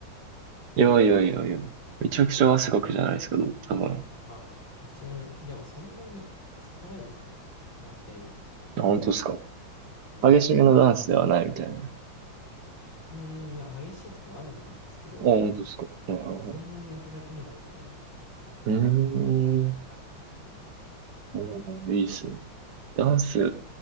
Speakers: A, on the right (about 60°); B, on the left (about 85°).
A: いやいやいやいや、めちゃくちゃ汗かくじゃないですか、多分。
B: まあまあまあ、一応ね、でもそんなにそこまでですよ。思ったより。
A: あ、本当ですか。
B: うん。
A: 激しめのダンスではないみたいな。あ、
B: うーん、いや、激しい時もあるんですけど、
A: 本当ですか。うん
B: そんなに汗だくにはなんない。
A: うんうん。
B: あ、な、うん。
A: ーん、いいっすね。ダンス、